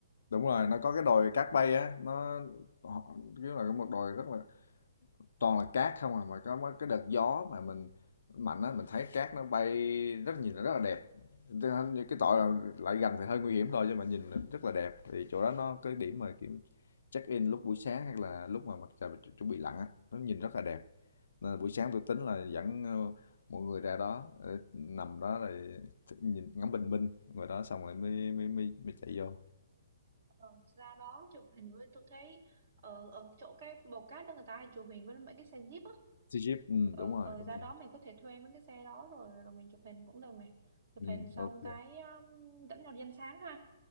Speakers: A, on the left; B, on the right.
A: đúng rồi nó có cái đồi cát bay á nó họ- kiểu là một đồi rất là toàn là cát không à mà có mấy cái đợt gió mà mình mạnh á mình thấy cát nó bay rất nhìn nó rất là đẹp cái tội là lại gần thì hơi nguy hiểm thôi nhưng mà nhìn nó rất là đẹp thì chỗ đó nó cái điểm mà kiểu check in lúc buổi sáng hay là lúc mà mặt trời chuẩn bị lặn á nó nhìn rất là đẹp nên là buổi sáng tôi tính là dẫn ờ, mọi người ra đó ờ, nằm đó rồi nhìn ngắm bình minh ngoài đó xong rồi mới mới mới, mới chạy vô
B: Ờ, ra đó chụp hình với tôi thấy ở ở chỗ cái bầu cát đó người ta hay chụp hình với mấy cái xe jeep á
A: Sea Games, ừ,
B: ờ,
A: đúng rồi
B: ở
A: đúng
B: ra
A: rồi
B: đó mình có thể thuê mấy cái xe đó rồi rồi mình chụp hình cũng được này chụp
A: ừ,
B: hình xong
A: ok
B: cái um, dẫn nhau đi ăn sáng ha